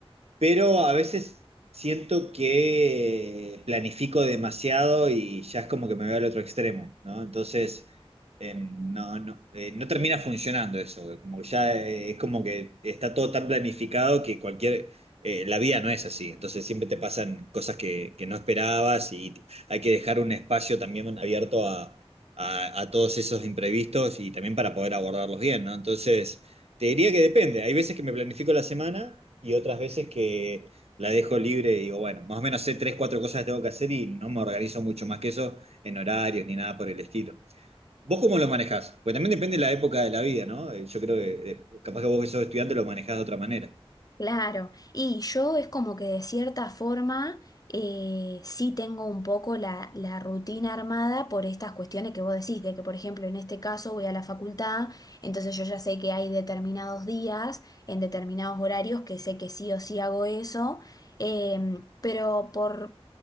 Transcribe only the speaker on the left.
Claro, y yo es como que de cierta forma eh, sí tengo un poco la, la rutina armada por estas cuestiones que vos decís, de que por ejemplo en este caso voy a la facultad, entonces yo ya sé que hay determinados días, en determinados horarios, que sé que sí o sí hago eso, em, pero por,